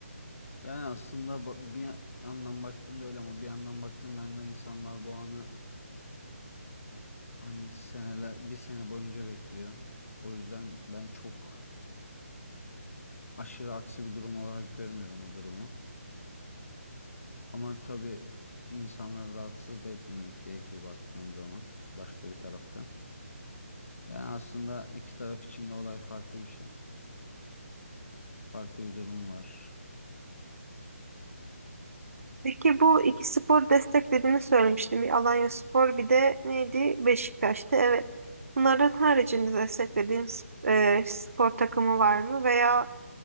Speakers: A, on the left (about 70°); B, on the right (about 70°).
A: Yani aslında ba- bir yandan baktığında öyle ama bir yandan baktığında da insanlar bu anı hani seneler bir sene boyunca bekliyor. O yüzden ben çok aşırı aksi bir durum olarak görmüyorum o durumu. Ama tabii insanları rahatsız da etmemek gerekir baktığım zaman başka bir taraftan. Yani aslında iki taraf için de olay farklı bir şey. Farklı bir durum var.
B: Peki bu iki spor desteklediğini söylemiştim. Bir Alanya spor bir de neydi? Beşiktaş'tı. Evet. Bunların haricinde desteklediğiniz e, spor takımı var mı? Veya